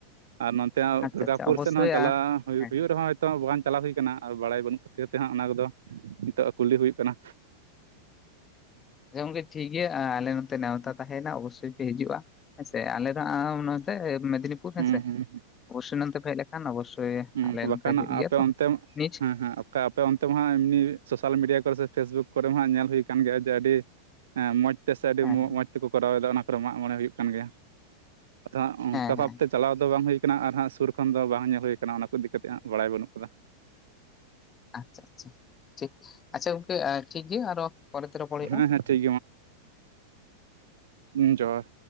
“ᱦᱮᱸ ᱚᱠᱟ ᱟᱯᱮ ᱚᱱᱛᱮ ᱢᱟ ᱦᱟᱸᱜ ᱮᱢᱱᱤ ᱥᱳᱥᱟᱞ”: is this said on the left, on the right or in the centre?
Right